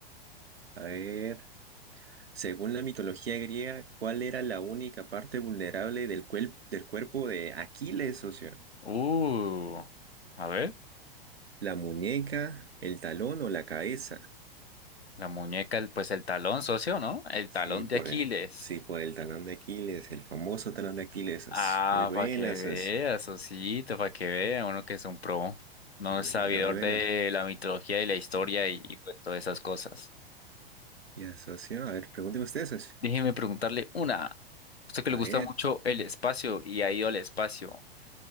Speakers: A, on the right (about 80°); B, on the left (about 85°).
A: A ver. Según la mitología griega, ¿cuál era la única parte vulnerable del, cuel- del cuerpo de Aquiles, socio?
B: Uh, a ver,
A: ¿La muñeca, el talón o la cabeza?
B: la muñeca, el- pues el talón, socio, ¿no? El
A: Sí,
B: talón
A: por
B: de Aquiles.
A: el, sí, por el talón de Aquiles, el famoso talón de Aquiles, socio.
B: Ah,
A: Muy buena,
B: para que
A: socio.
B: vea, sociito, para que vea, uno que es un pro, no
A: Muy
B: es
A: buena,
B: sabidor
A: muy buena.
B: de la mitología y la historia y, y pues todas esas cosas.
A: Ya, socio, a ver, pregúnteme usted, socio.
B: Déjeme preguntarle una. Usted que
A: A
B: le gusta
A: ver,
B: mucho el espacio y ha ido al espacio.